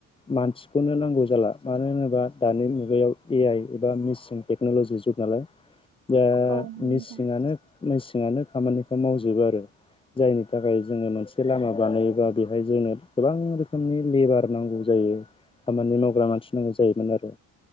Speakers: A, on the left; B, on the right.
A: मानसि बेखौनो नांगौ जाला मानो होनोबा दानि मुगायाव ए आइ एबा मेचिन टेक्न'लजि जुग नालाय दा
B: औ नंगौ
A: मेसेानो
B: नोंथां
A: मेसेनानो खामानिखौ मावजोबो आरो जायनि थाखाय जोङो मोनसे लामा बानायोबा बेहाय जोंनो गोबां रोखोमनि लेबार नांगौ जायो। खामानि मावग्रा मानसि नांगौ जायोमोन आरो